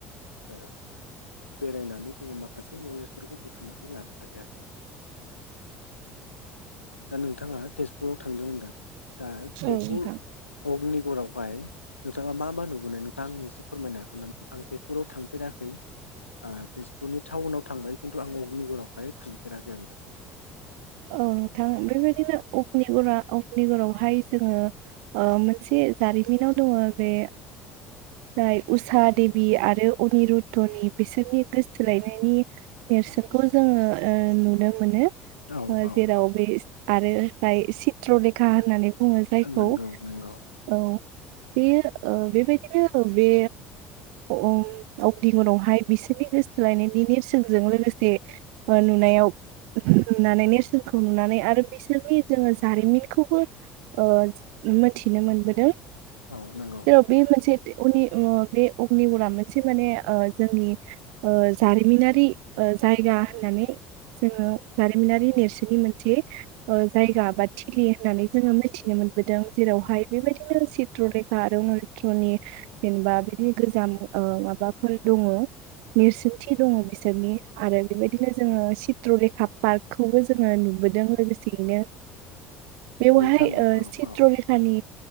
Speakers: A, on the left (about 85°); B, on the right (about 60°).
A: ओ बेरायनानै जोङो माखासे नलेजफोरखौ बुथुमनानै लानो हायो। दा नोंथाङा तेजपुराव थांदों होनदों दा
B: औ
A: तेजपुर
B: नोंथां
A: अग्निगरआव हाय नोंथाङा मा मा नुबोनाय नों दा आंनो एसे फोरमायनो हागोन नामा आं तेजपुराव थांफेराखै ओ तेजपुरनि टाउनाव थांबाय खिन्थु आं अगनिगुरावहाय थांफेराखै आरोना
B: औ नोंथां बेबायदिनो अग्निगरा अग्निगरावहाय जोङो मोनसे जारिमिनाव दङ बे जाय उषा देबि आरो अनिरुद्धनि बिसोरनि गोसोथोलायनायनि नेरसोनखौ जोङो नुनो मोनो
A: औ
B: ओ
A: औ
B: जेराव बे आरो जाय चित्र लेखा होननानै बु बुङो जायखौ
A: औ नंगौ नंगौ
B: औ बेयो ओ बेबायदिनो बे ओम अग्दिगरावहाय बिसोरनि गोसोथोलायनायनि नेरसोनजों लोगोसे नुनायाव नुनानै नेरसोनखौ नुनानै आरो बिसोरनि जोङो जारिमिनखौबो ओ मोथिनो मोनबोदों
A: औ नंगौ
B: जेराव बे मोनसे बे अनि अ अग्निगरा मोनसे माने जोंनि ओ जारिमिनारि जायगा होननानै जोङो जारिमिनारि नेरसोननि मोनसे ओ जायगा बा थिलि होननानै जोङो मिथिनो मोनबोदों जेरावहाय बेबायदिनो चित्रलेखा आरो अनिरुत्रनि जेनेबा बिदि गोजाम माबाफोर दङ नेरसोनथि दङ बिस बिसोरनि आरो बेबायदिनो जोङो चित्र लेखा पार्कखौबो जोङो नुबोदों लोगोसेयैनो बेवहाय
A: नोंथाङा
B: ओ
A: औ
B: चित्रलेखानि
A: औ